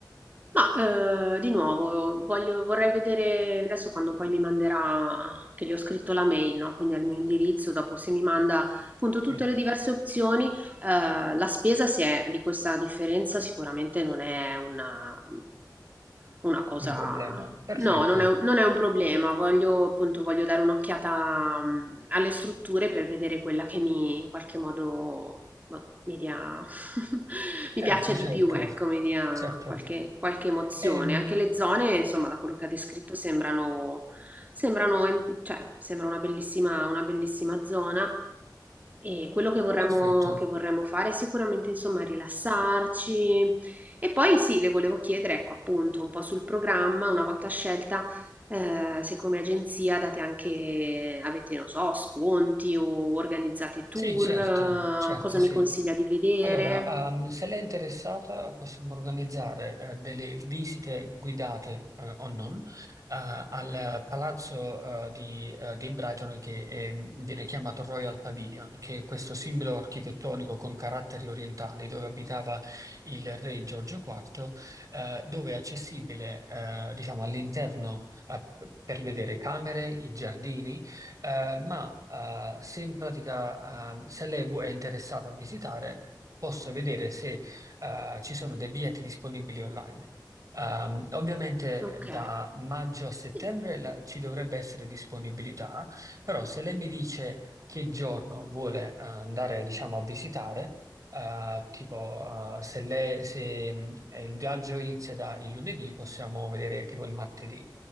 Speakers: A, on the right (about 20°); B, on the right (about 45°).
A: Ma, ehm, di nuovo voglio vorrei vedere adesso quando poi mi manderà che le ho scritto la mail, no, quindi al mio indirizzo, dopo se mi manda appunto tutte
B: Sì,
A: le diverse opzioni, ehm, la spesa se è di questa differenza sicuramente non è una una cosa
B: un problema. Perfetto.
A: No, non è, un non è un problema, voglio appunto voglio dare un'occhiata mm, alle strutture per vedere quella che mi in qualche modo boh, mi dia, <laughs> mi
B: Certo,
A: piaccia di
B: certo,
A: più, ecco, mi dia
B: certo.
A: qualche, qualche emozione.
B: Ehm,
A: Anche le zone, insomma, da quello che ha descritto sembrano, sembrano, en- cioè, sembra una bellissima, una bellissima zona. E quello che vorremmo,
B: perfetto.
A: che vorremmo fare è sicuramente, insomma, rilassarci, e poi sì, le volevo chiedere, ecco appunto, un po' sul programma, una volta scelta, eh, se come agenzia date anche, avete, non so, sconti o organizzate tour,
B: Sì, certo,
A: eh,
B: certo,
A: cosa
B: sì.
A: mi consiglia di vedere?
B: Allora, ehm, se lei è interessata, possiamo organizzare eh, delle visite guidate eh, o non eh, al palazzo eh, di, eh, di Brighton che è- viene chiamato Royal Pavilion, che è questo simbolo architettonico con caratteri orientali dove abitava il re Giorgio IV, eh, dove è accessibile eh, diciamo, all'interno eh, per vedere camere, i giardini. Eh, ma eh, se in pratica ehm, se lei vu- è interessata a visitare, posso vedere se eh, ci sono dei biglietti disponibili online. Ehm, ovviamente
A: Ok.
B: da maggio a settembre
A: Sì.
B: la- ci dovrebbe essere disponibilità, però se lei mi dice che giorno vuole eh, andare, diciamo, a visitare, eh, tipo eh, se, lei- se, mh, eh, il viaggio inizia da il lunedì, possiamo vedere tipo il martedì